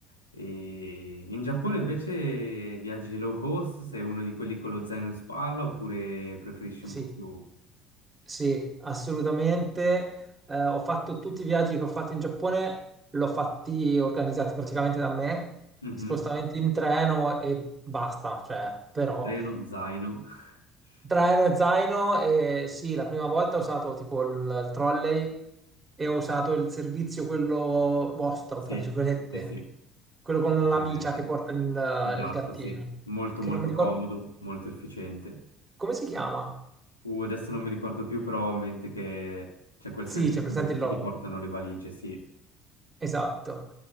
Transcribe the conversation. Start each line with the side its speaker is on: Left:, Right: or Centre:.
Left: E in Giappone invece viaggi low cost, sei uno di quelli con lo zaino in spalla oppure preferisci
Right: Sì,
Left: un po' più...
Right: sì, assolutamente. Eh, ho fatto tutti i viaggi che ho fatto in Giappone, l'ho fatti organizzati praticamente da me,
Left: Mhm.
Right: spostamenti in treno e basta, cioè, però
Left: Treno, zaino, <laughs>
Right: Traino e zaino, e sì, la prima volta ho usato tipo il, il trolley e ho usato il servizio quello vostro,
Left: sì,
Right: tra virgolette,
Left: sì, sì,
Right: quello
Left: tutto
Right: con
Left: presente.
Right: l'amicia che porta il,
Left: Esatto,
Right: il gattino,
Left: sì, molto
Right: che
Left: molto
Right: non mi ricordo
Left: comodo, molto efficiente.
Right: come si chiama.
Left: Uh, adesso non mi ricordo più, però ho in mente che c'è quel
Right: Sì,
Left: servizio
Right: c'è presente
Left: che
Right: il logo,
Left: ti portano le valigie, sì.
Right: esatto.